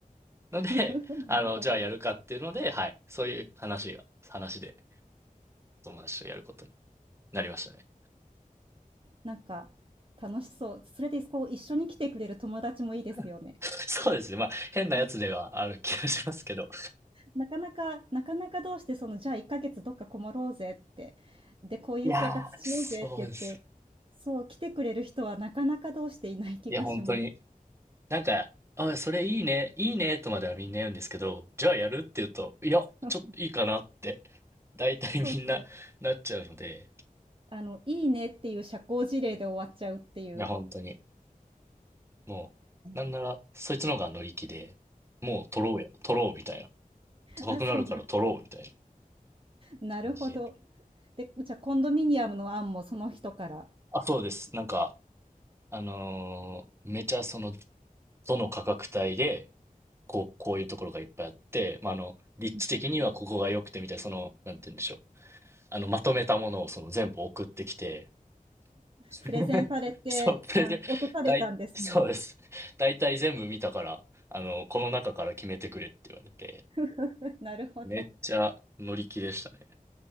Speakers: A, on the right; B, on the right.
A: <laughs>
B: なので、<laughs> あの、
A: なるほど。
B: じゃあやるかっていうので、はい。そういう話が、話で友達とやることになりましたね。
A: なんか楽しそう。それでこう一緒に来てくれる友達もいいですよね。
B: <laughs> そうですね。まあ、変なやつではある気がしますけど。
A: ね、なかなかなかなかどうしてそのじゃあ1ヶ月どっかこもろうぜって、で、こういう生活しようぜって言って、
B: いやー、そうです。
A: そう、来てくれる人はなかなかどうしていない気がします。
B: いや、本当に。なんか、あ、それいいね、いいね、とまではみんな言うんですけど、じゃあやるって言うと、いや、
A: 社
B: ちょっといいかなって、大体みんななっちゃうので、
A: <laughs> そうそう。あの、いいねっていう社交辞令で終わっちゃうっていう。
B: いや、本当に。もう、
A: うん。
B: なんなら、そいつの方が乗り気で、もう取ろうや、取ろうみたいな。高くなるから取ろうみたいな
A: あ、そうなんなるほど。
B: 感じで。
A: で、じゃ、コンドミニアムの案もその人から、
B: あ、そうです。なんか、あのーめちゃその、どの価格帯で、こう、こういうところがいっぱいあって、まあ、あの、立地的にはここが良くてみたいな、
A: <laughs>
B: その、なんて言うんでしょう。あの、まとめたものをその全部送ってきて、<laughs>
A: プレゼンされて、
B: そう、プレゼン、
A: あの、落とされたんですね。
B: 大、そうです。大体全部見たから、あの、この中から決めてくれって言われて、
A: <laughs> なるほど。
B: めっちゃ乗り気でしたね。